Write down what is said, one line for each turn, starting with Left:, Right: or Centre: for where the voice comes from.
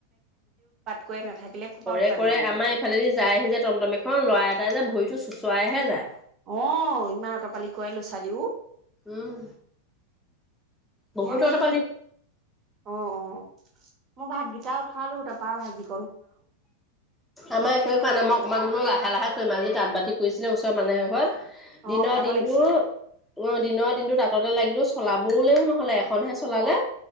Right: কৰে নাথাকিলে ক'ৰ পৰা
Centre: কৰে
Right: উৎপাত
Centre: কৰে
Right: নকৰিব
Centre: আমাৰ এইফালেদি যায় আহি যে টমটম এখন লৰা এটাই যে ভৰিতো চুচৰাইহে যায়
Right: অ ইমান তৰ -পালি কৈলো ছোৱালীও
Centre: উম বহুত
Right: মই হেৰি
Centre: তহঁতৰ ফালে
Right: অ অ মই ভাতকিটা উঠালো তাৰ পাৰ ভাজি
Centre: আমাৰ একোৱে খোৱা নাই মই অকমান বোলোও লা ভালা কৰি মাজ তাঁ বাতিছিলে ওচৰ মানুহ এঘৰত
Right: অ
Centre: দিনৰ
Right: ভাগৰ
Centre: দিনটো
Right: লাগিছে
Centre: অ দিনৰ দিনটো তততে লাগিলো চলাবলৈও নহলে এখনহে চলালে
Right: অ